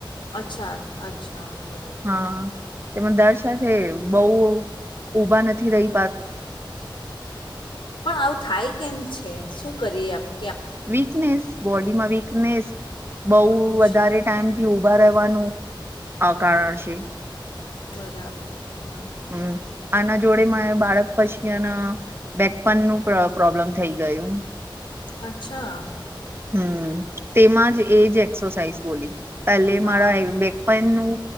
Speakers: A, on the left; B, on the right.
A: અચ્છા અચ્છા બરા
B: હા એમાં દર્ સાથે બહ ઉભા નથી રહીતા
A: પણ આવું થાય કેમ છે શું કરીએ આપણે
B: વીકનેસ બોડી માં વીકનેસ બહુ
A: અચ્છા
B: વધારે ટાઈમ થી ઉઊભા રહેવાનું આ કારણ છે
A: બરાબર બરાબ
B: હમ આના જોડે મા બાળક પછી એના બેકપન નું પ્રોબ્લમ થઈ ગયું
A: અચ્છા
B: હમ તેમાં જ એજ એક્સરસાઇઝ બોલી પેલે
A: હા
B: મારા બેક પેન નું